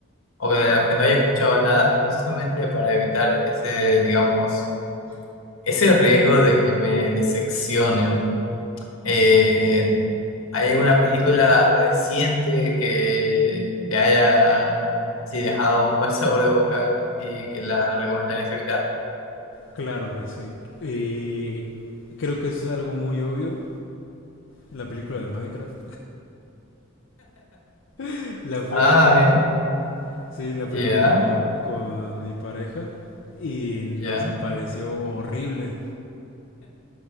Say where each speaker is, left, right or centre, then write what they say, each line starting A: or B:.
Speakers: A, on the left; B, on the left.
A: o de las que no haya escuchado nada, <laughs> justamente para evitar ese, digamos, ese riesgo de que me decepcionen. Eh, ¿hay alguna película reciente que te haya así dejado un mal <laughs> sabor de boca y que la recomendarías evitar?
B: Claro que sí. Y creo que es algo muy obvio. La película de Minecraft. <laughs> La fui
A: Ah,
B: a ver.
A: bien,
B: Sí, la
A: ya,
B: fui a ver con, con mi pareja. Y nos
A: ya.
B: apareció horrible.